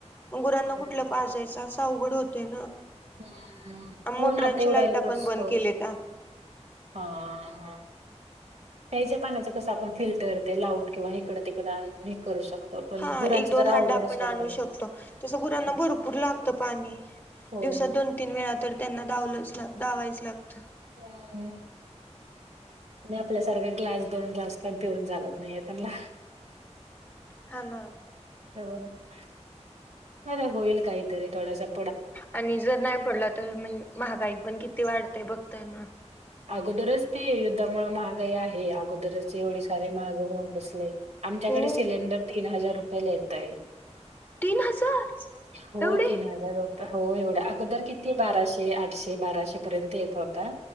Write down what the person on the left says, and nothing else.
पण गुरांना
कुठलं पाजायच असं अवघड होतय ना?
मोटरांची
लाईट
आपण बंद
केली ना.
हा
एक दोन
हांड
आपण
आणू शकतो. तसं
गुरांना भरपूर लागतं पाणी.
दिवसात
दोन तीन वेळा तर त्यांना दावलंच दावायचं लागतं.
हा ना
आणि जर नाही पडला तर महागाई पण किती वाढते बघताय ना.
हो
तीन हजार.
एवढे